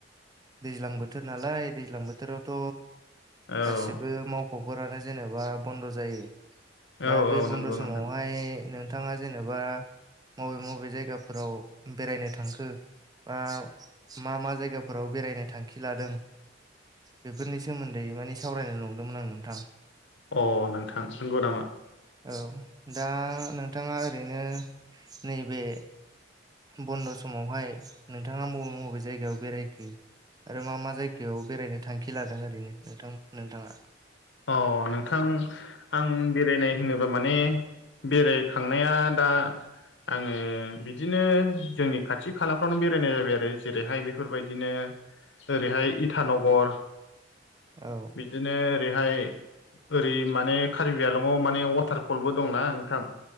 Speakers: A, on the right; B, on the left.
A: दैज्लां बोथोर नालाय दैज्लां बोथोरावथ'
B: औ
A: गासिब बो मावख'फोरानो जेनेबा बन्द' जायो दा
B: औ
A: बे
B: औ
A: बन्द'
B: नंगौ
A: समावहाय
B: नोंथां
A: नों नोंथाङा जेनेबा मबे मबे जायगाफोराव बेरायनो थांखो बा मा मा जायगा फोराव बेरायनो थांखि लादों बेफोरनि सोमोन्दै माने सावरायनो नंदोंमोन आं नोंथां
B: अ नोंथां नोंगौ नामा
A: औ दा नोंथाङा ओरैनो नैबे बन्द' समावहाय नोंथाङा मबे मबे जायगायाव बेरायखो आरो मा मा जायगायाव बेरायनो थांखि लादों ओरैनो नोंथां नोंथाङा
B: अ नोंथां आं बेरायनाय होनोबा माने बेरायखांनाया दा आङो बिदिनो जोंनि खाथि खालाफ्रावनो बेरायनाय जाबाय आरो जेरैहाय बेफोरबायदिनो ओरैहाय इटानगर
A: औ
B: बिदिनो बेहायओरैहाय ओरै माने कार्बि आलंआव माने वाटारफलबो दंना नोंथां